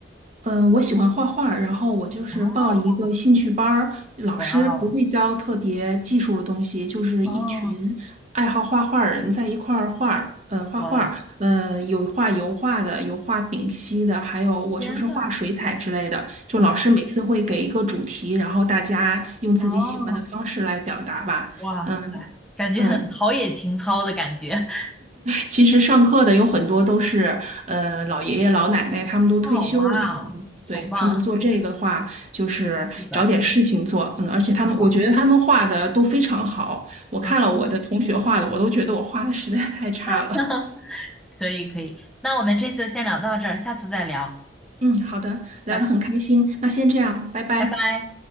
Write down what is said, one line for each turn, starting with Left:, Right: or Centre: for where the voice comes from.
Right: 呃，我喜欢画画儿然后我就是报了一个兴趣班儿，
Centre: 哦，
Right: 老师不会教特别技术的东西，
Centre: 哇哦，
Right: 就是一群爱好画画儿人在一块儿画儿呃，
Centre: 哦，
Right: 画画儿呃，
Centre: 哇，
Right: 有画油画的，有画丙烯的，还有我就是画水彩之类的。
Centre: 天呐，
Right: 就老师每次会给一个主题，
Centre: 哇，
Right: 然后大家用自己喜欢的方式来表达吧。
Centre: 哦，哇塞，
Right: 嗯
Centre: 感觉很陶冶情操的感觉。
Right: 嗯，
Centre: <laughs>
Right: 其实上课的有很多都是呃老爷爷老奶奶，他们都退休了。
Centre: 哦，哇哦，
Right: 嗯，
Centre: 好棒
Right: 对，他们做这个的话，就是找点事情做。
Centre: <laughs>，是的，
Right: 嗯，而且他们，
Centre: 挺好的。
Right: 我觉得他们画的都非常好。我看了我的同学画的，
Centre: 哦，
Right: 我都觉得我画的实在太差了。
Centre: <laughs> 可以，可以，那我们这次就先聊到这儿，下次再聊，
Right: 嗯，好的，聊得很开心，
Centre: 拜
Right: 那先这样，拜拜。
Centre: 拜拜。